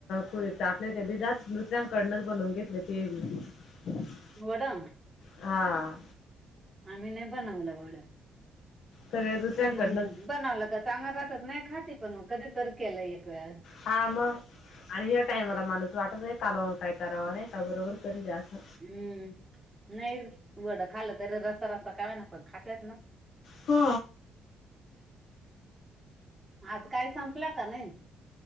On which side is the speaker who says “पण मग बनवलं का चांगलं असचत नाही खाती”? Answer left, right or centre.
Right